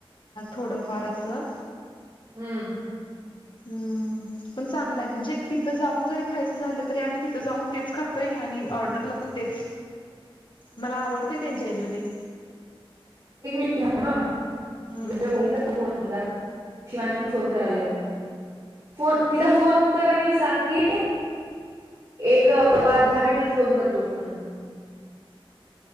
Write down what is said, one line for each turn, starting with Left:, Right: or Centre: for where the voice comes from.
Left: थोडंफार असं
Right: हम्म
Left: हम्म पण चांगलाय म्हणजे तिथं जाऊन जरी खायचं झालं तरी आम्ही तिथं जाऊन तेच खातातोय आणि ऑर्डरला पण तेच मला आवडतंय त्यांच्या इथलं ते
Right: <unintelligible>
Left: हम्म
Right: शिवांशी फोन कराला बघ फोन तिला फोन कर आणि सांग की एक पाच दहा मिनिटात फोन करतो म